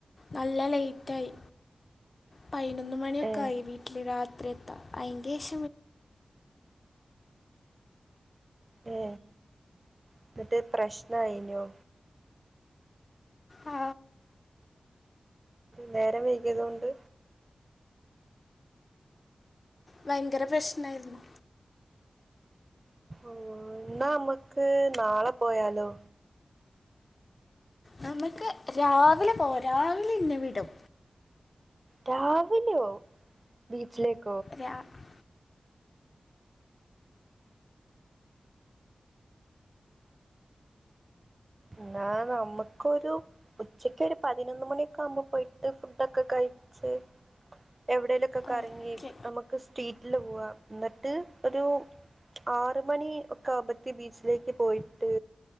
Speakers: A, on the left (about 45°); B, on the right (about 30°).
A: നല്ല ലേറ്റ് ആയി പതിനൊന്ന് മണിയൊക്കെ
B: ഏ
A: ആ വീട്ടിൽ രാത്രി അത്രേത്ത ആയിൻ്റെ <inaudible>
B: ഏ എന്നിട്ട് പ്രശ്നയിനോ
A: ആ,
B: നേരം വൈകിയതുകൊണ്ട്
A: ഭയങ്കര പ്രശ്നായിരുന്നു
B: എന്നാ നമ്മക്ക് നാളെ പോയാലോ
A: നമുക്ക് രാവിലെ പോവാം രാവിലെ ഇന്നെ വിടും
B: രാവിലെയോ ബീച്ചിലേക്ക്
A: രാവി
B: എന്നാ നമുക്ക് ഒരു ഉച്ചക്ക് ഒരു പതിനൊന്ന് മണിയൊക്കെ ആകുമ്പോ പോയിട്ട് ഫുഡൊക്കെ കഴിച്ച് എവിടെലൊക്കെ കറങ്ങി
A: ഓക്കെ
B: നമുക്ക് സ്ട്രീറ്റില് പോവാ എന്നിട്ട് ഒരു ആറ് മണി ഒക്കെ ആവുമ്പത്തി ബീച്ചിലേക്ക് പോയിട്ട്